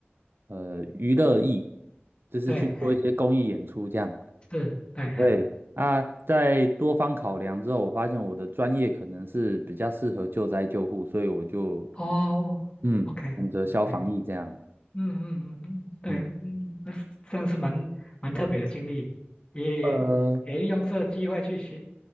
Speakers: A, on the right (about 55°); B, on the left (about 25°).
A: 呃，娱乐艺，就是去做一些公益演出这样。
B: 对，哎。是，对，哎，
A: 对啊，在多方考量之后，我发现我的专业可能是比较适合救灾救护，所以我就
B: 哦，OK，
A: 嗯选择消防役这样。
B: 哎，嗯嗯嗯嗯，对，
A: 嗯，
B: 嗯，那是这样是蛮蛮特别的经历，也
A: 呃，
B: 也利用这个机会去习